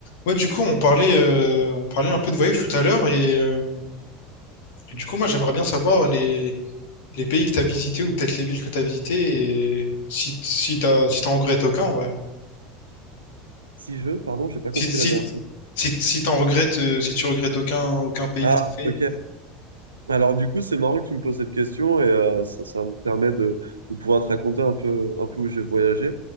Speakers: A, on the left; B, on the right.
A: Ouais, du coup, on parlait, euh, on parlait un peu de voyage tout à l'heure et, euh, et du coup, moi, j'aimerais bien savoir les, les pays que t'as visités ou peut-être les villes que t'as visitées et si, si t'as, si t'en regrettes aucun, en vrai.
B: Si je, pardon, j'ai pas
A: Si,
B: compris
A: si,
B: la dernière fois.
A: si, si t'en regrettes, euh, si tu regrettes aucun, aucun pays
B: Ah,
A: que t'as fait,
B: ok. Alors du coup, c'est marrant que tu me poses cette question et euh, ça, ça me permet de, de pouvoir te raconter un peu, un peu où j'ai voyagé.